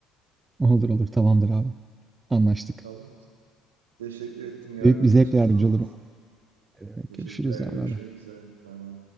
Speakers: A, on the right; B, on the right.
A: Olur olur tamamdır abi. Anlaştık.
B: Tamam. Teşekkür ettim yardımın
A: Büyük bir zevkle
B: için, sağ
A: yardımcı
B: olasın.
A: olurum. Ne demek.
B: Teşekkürler,
A: Görüşürüz abi.
B: görüşmek
A: abi.
B: üzere. Bay bay.